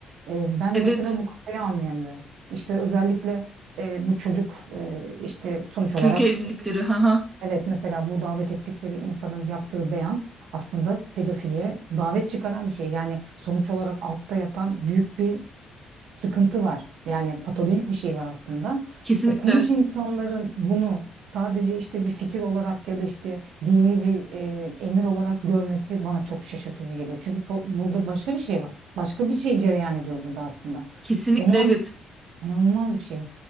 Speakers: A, on the right; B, on the right.
A: E, ben
B: Evet.
A: mesela bu kafayı anlayamıyorum. İşte özellikle e, bu çocuk e, işte sonuç
B: Çocuk
A: olarak
B: evlilikleri. Ha ha.
A: evet mesela bu davet ettikleri insanın yaptığı beyan aslında pedofiliye davet çıkaran bir şey. Yani sonuç olarak altta yatan büyük bir sıkıntı var. Yani patolojik bir şey var aslında.
B: Kesinlikle.
A: Okumuş insanların bunu sadece işte bir fikir olarak ya da işte dini bir e, emir olarak görmesi bana çok şaşırtıcı geliyor. Çünkü so- burada başka bir şey var. Başka bir şey cereyan ediyor burada aslında.
B: Kesinlikle
A: Onun
B: evet.
A: inanılmaz bir şey.